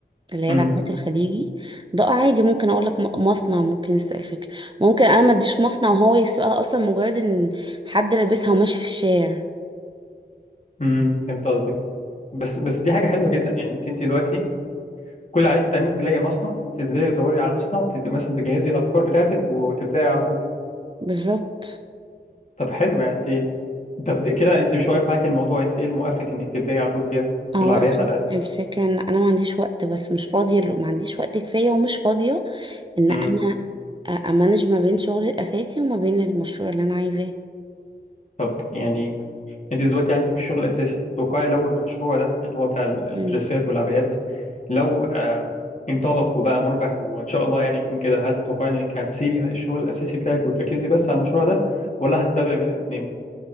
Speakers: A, on the right (about 25°); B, on the left (about 40°).
A: اللي هي
B: امم
A: العبايات الخليجي ده اه عادي ممكن اقول لك م- مصنع ممكن يسأل فكرة ممكن انا ما اديش مصنع وهو يسوقها اصلا مجرد ان حد لابسها وماشي في الشارع
B: امم فهمت قصدك بس بس دي حاجه حلوه جدا يعني انت انت دلوقتي كل عليك تعملي تلاقي مصنع تبداي تدوري على مصنع وتبدأ مثلا تجهزي الافكار بتاعتك وتبداي على طول
A: بالظبط
B: طب حلو يعني انت طب ده- كده انت مش واقف معاك الموضوع انت ايه المؤفق انك تبداي على طول فيها
A: هو
B: في العبايات
A: الفك-
B: على الاقل
A: الفكرة ان انا ما عنديش وقت بس مش فاضية ل- ما عنديش وقت كفاية ومش فاضية ان
B: امم
A: انا أ- امانج ما بين شغلي الاساسي وما بين المشروع اللي انا عايزاه
B: طب يعني انت دلوقتي عندك الشغل الاساسي توقعي لو المشروع ده اللي هو بتاع ال- الدريسات
A: مم.
B: والعبايات لو آه، انطلق وبقى مربح وان شاء الله يعني يكون كده هل تتوقعي انك هتسيبي الشغل الاساسي بتاعك وتركزي بس على المشروع ده ولا هتتابعي بين الاثنين